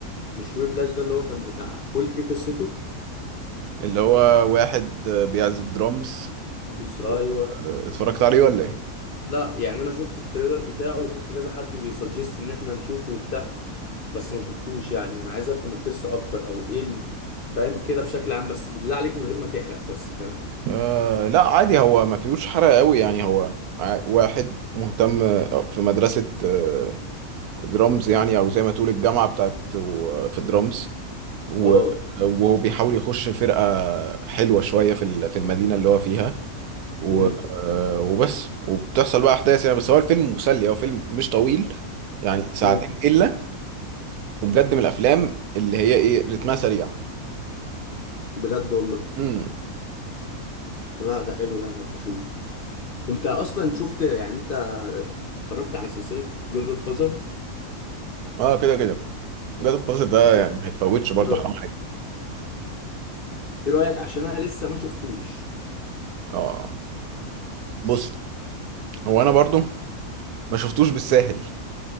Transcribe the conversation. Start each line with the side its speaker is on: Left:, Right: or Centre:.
Left: مش ويبلاش ده اللي هو كان بتاع قول كيك قصته
Right: اللي هو واحد آه، بيعزف درامز
Left: بس ايوه
Right: و- آه، اتفرجت عليه ولا ايه
Left: لا يعني انا شفت التريلر بتاعه وشفت كذا حد بيسجست ان احنا نشوفه وبتاع بس ما شفتوش يعني انا عايز افهم القصه اكتر او ايه ال- فاهم كده بشكل عام بس بالله عليك من غير ما تحرق بس فاهم
Right: آه لا عادي هو ما فيهوش حرق قوي يعني هو ع- واحد مهتم آه، في مدرسة آه، درامز يعني أو زي ما تقول الجامعة بتاعت و- في الدرامز و-
Left: اه
Right: وهو بيحاول يخش فرقة حلوة شوية في ال- في المدينة اللي هو فيها و-
Left: امم
Right: آه، وبس وبتحصل بقى أحداث يعني بس هو الفيلم مسلي هو فيلم مش طويل يعني ساعتين
Left: امم
Right: إلا وبجد من الأفلام اللي هي إيه رتمها سريع
Left: بجد والله
Right: امم
Left: لا ده حلو ده انا هبقى اشوف انت اصلا شفت يعني انت اتفرجت على سلسله جود اوف فازر
Right: اه كده كده جاد اوف ده
Left: ايه
Right: يعني ما يتفوتش برضه
Left: رأ-
Right: حرام عليك
Left: إيه رايك عشان انا لسه ما شفتوش
Right: اه بص هو انا برضو ما شفتوش بالساهل